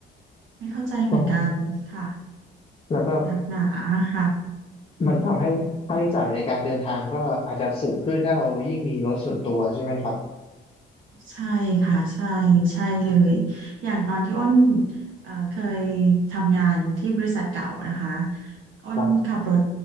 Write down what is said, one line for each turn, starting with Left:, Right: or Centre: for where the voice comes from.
Right: ไม่เข้าใจเหมือนกันค่ะ
Left: ก็แล้วก็
Right: หนักหนาค่ะ
Left: มันทำให้ค่าใช้จ่ายในการเดินทางก็อาจจะสูงขึ้นถ้าเรายิ่งมีรถส่วนตัวใช่ไหมครับ
Right: ใช่ค่ะใช่ใช่เลยอย่างตอนที่อ้นเอ่อเคยทำงานที่บริษัทเก่านะคะอ้นขับรถ
Left: ครับ